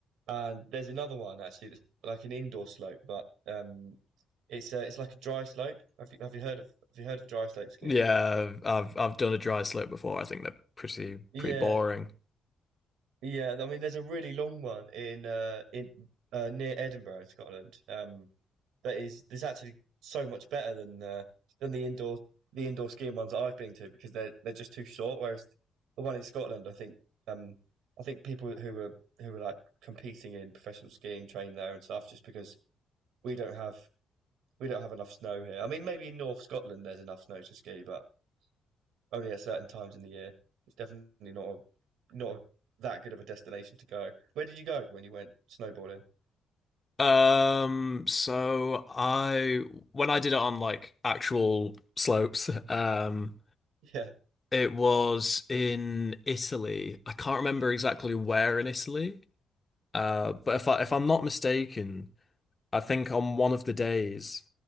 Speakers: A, on the right; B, on the left.
A: and there's another one actually that's like an indoor slope, but um, it's uh, it's like a dry slope. Have you have you heard of have you heard of dry slope skiing?
B: Yeah, I've I've done a dry slope before. I think they're pretty
A: Yeah.
B: pretty boring.
A: Yeah, I mean, there's a really long one in uh in uh near Edinburgh, in Scotland. Um, that is there's actually so much better than uh than the indoor the indoor skiing ones that I've been to because they're they're just too short. Whereas the one in Scotland, I think um I think people who were who were like competing in professional skiing train there and stuff just because we don't have we don't have enough snow here. I mean, maybe in North Scotland there's enough snow to ski, but only at certain times in the year. It's definitely not a, not a, that good of a destination to go. Where did you go when you went snowboarding? <laughs>
B: Um, so I when I did it on like actual slopes, <laughs> um,
A: Yeah,
B: it was in Italy. I can't remember exactly where in Italy. Uh, but if I if I'm not mistaken. I think on one of the days,